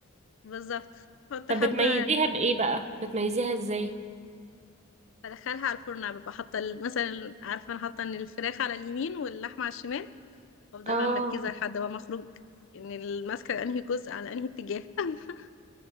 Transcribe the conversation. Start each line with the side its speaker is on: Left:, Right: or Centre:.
Left: بالظبط بحط
Right: طب
Left: حبة
Right: بتميزيها بايه بقى؟ بتميزيها ازاي؟
Left: بدخلها على الفرن ببقى حاطه ال- مثلا عارفه انا حاطه ان الفراخ على اليمين واللحمه على الشمال وافضل
Right: اه
Left: بقى مركزه لحد ما اخرج ان الماسكه انهي جزء على انهي اتجاه <laughs>